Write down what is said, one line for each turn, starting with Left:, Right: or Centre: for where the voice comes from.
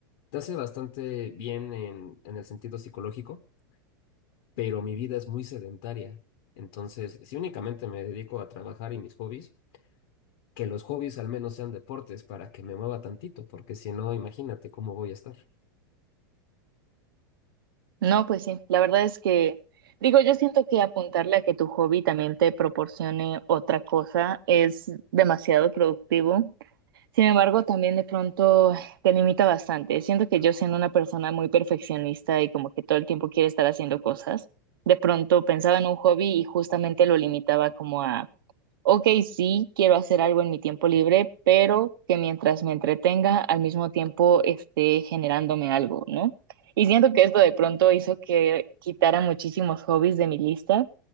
Left: te hace bastante bien en, en el sentido psicológico, pero mi vida es muy sedentaria. Entonces, si únicamente me dedico a trabajar y mis hobbies, que los hobbies al menos sean deportes para que me mueva tantito, porque si no, imagínate cómo voy a estar.
Right: No, pues sí, la verdad es que, digo, yo siento que apuntarle a que tu hobby también te proporcione otra cosa es demasiado productivo. Sin embargo, también de pronto te limita bastante. Siento que yo siendo una persona muy perfeccionista y como que todo el tiempo quiere estar haciendo cosas, de pronto pensaba en un hobby y justamente lo limitaba como a Ok, sí, quiero hacer algo en mi tiempo libre, pero que mientras me entretenga, al mismo tiempo esté generándome algo, ¿no? Y siento que esto de pronto hizo que quitara muchísimos hobbies de mi lista